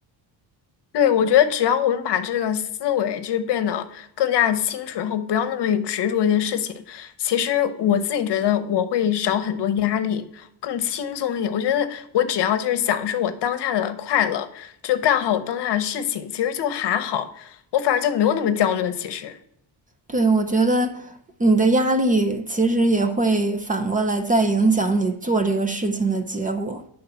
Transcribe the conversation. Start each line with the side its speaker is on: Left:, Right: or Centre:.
Left: 对，我觉得只要我们把这个思维就是变得更加清楚，然后不要那么执着一件事情，其实我自己觉得我会少很多压力，更轻松一点。我觉得我只要就是享受我当下的快乐，就干好我当下的事情，其实就还好，我反而就没有那么焦虑了。其实。
Right: 对，我觉得你的压力其实也会反过来再影响你做这个事情的结果，